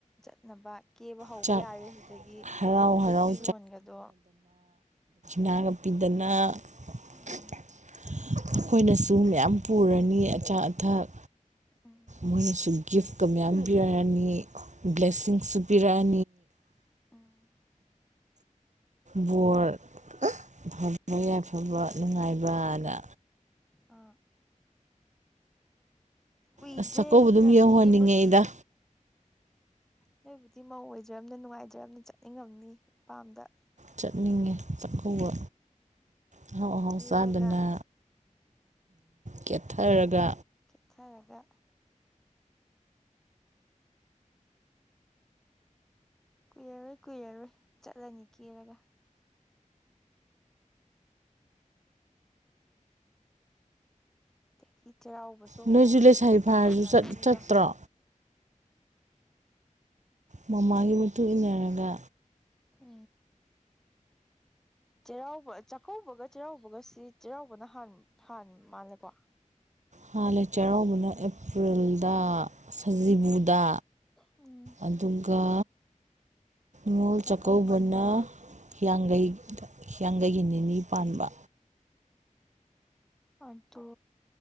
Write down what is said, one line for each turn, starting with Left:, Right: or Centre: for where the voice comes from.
Centre: ꯆꯅꯕ ꯀꯦꯕ ꯍꯧꯕ
Right: ꯆꯥꯛ
Centre: ꯌꯥꯔꯦ ꯑꯗꯨꯗꯒꯤ
Right: ꯍꯔꯥꯎ
Centre: ꯐꯤꯠ
Right: ꯍꯔꯥꯎ
Centre: ꯐꯤꯔꯣꯟꯒꯗꯣ
Right: ꯅꯥꯒꯞꯄꯤꯗꯅ ꯑꯩꯈꯣꯏꯅꯁꯨ
Centre: ꯎꯝ
Right: ꯃꯌꯥꯝ ꯄꯨꯔꯅꯤ ꯑꯆꯥ ꯑꯊꯛ
Centre: ꯎꯝ
Right: ꯃꯣꯏꯅꯁꯨ ꯒꯤꯐꯀ ꯃꯌꯥꯝ ꯄꯤꯔꯛꯑꯅꯤ ꯕ꯭ꯂꯦꯁꯤꯡꯁꯨ ꯄꯤꯔꯛꯑꯅꯤ
Centre: ꯎꯝ
Right: ꯕꯣꯔ ꯐꯕ ꯌꯥꯏꯐꯕ ꯅꯨꯡꯉꯥꯏꯕꯗ
Centre: ꯑ ꯀꯨꯏꯗ꯭ꯔꯦ
Right: ꯑꯁ ꯆꯥꯛꯀꯧꯕ
Centre: ꯑꯗꯨꯅ
Right: ꯑꯗꯨꯝ ꯌꯧꯍꯟꯅꯤꯡꯉꯦ
Centre: ꯀꯦꯕꯒꯤ
Right: ꯑꯩꯗ
Centre: ꯂꯩꯕꯨꯗꯤ ꯃꯧꯑꯣ ꯑꯣꯏ ꯂꯩꯖꯝꯅꯤ ꯅꯨꯡꯉꯥꯏꯖꯝꯅꯤ ꯆꯠꯅꯤꯡꯉꯝꯅꯤ ꯏꯄꯥꯝꯗ
Right: ꯆꯠꯅꯤꯡꯉꯦ ꯆꯥꯛꯀꯧꯕ ꯑꯍꯥꯎ ꯑꯍꯥꯎ
Centre: ꯀꯦꯔꯒ
Right: ꯆꯥꯗꯅ ꯀꯦꯠꯊꯔꯒ
Centre: ꯀꯊꯥ ꯂꯕ ꯀꯨꯏꯔꯔꯣꯏ ꯀꯨꯏꯔꯔꯣꯏ ꯆꯠꯂꯅꯤ ꯀꯦꯔꯒ ꯑꯗꯒꯤ ꯆꯩꯔꯥꯎꯕꯁꯨ ꯑꯃꯨꯛ
Right: ꯅꯣꯏꯁꯨ ꯂꯩꯁꯥꯕꯤ ꯐꯥꯔꯁꯨ
Centre: ꯇꯟꯅꯗꯣꯏꯅꯤꯗꯣ
Right: ꯆꯠꯇ꯭ꯔꯣ ꯃꯃꯥꯒꯤ ꯃꯇꯨꯡ ꯏꯟꯅꯔꯒ
Centre: ꯎ ꯆꯩꯔꯥꯎꯕ ꯆꯥꯛꯀꯧꯕꯒ ꯆꯩꯔꯥꯎꯕꯒ ꯁꯤ ꯆꯩꯔꯥꯎꯕꯅꯥꯟ ꯍꯥꯟ ꯃꯥꯜꯂꯦꯀꯣ
Right: ꯍꯥ ꯂ ꯆꯔ ꯄꯨꯅ ꯑꯦꯄ꯭ꯔꯤꯜꯗ ꯁꯖꯤꯕꯨꯗ
Centre: ꯎꯝ ꯎꯝ
Right: ꯑꯗꯨꯒ ꯃꯣꯜ
Centre: ꯆꯥꯛꯀꯧꯕꯅ
Right: ꯆꯀꯥꯎꯕꯅ ꯍꯤꯌꯥꯡꯒꯩ ꯍꯤꯌꯥꯡꯒꯩꯒꯤ ꯅꯤꯅꯤ ꯄꯥꯟꯕ
Centre: ꯑꯗꯨꯠꯇꯣ